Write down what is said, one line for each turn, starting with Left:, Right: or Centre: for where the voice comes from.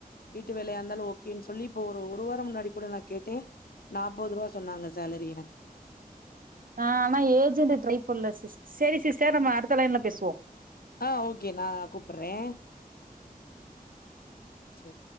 Left: வீட்டு வேலையா இருந்தாலு ஓகேன்னு சொல்லி இப்ப ஒரு ஒரு வாரம் முன்னாடி கூட நா கேட்டே நாற்பது ரூபா சொன்னாங்க சேலரி எனக்கு
Right: ஆஹ் ஆனா ஏஜென் ட்ரை பண்ணல சி செரி சிஸ்டர் நம்ம அடுத்த லைன்ல பேசுவோ
Left: ஆஹ் ஓகே நா கூப்பிடுறே செரி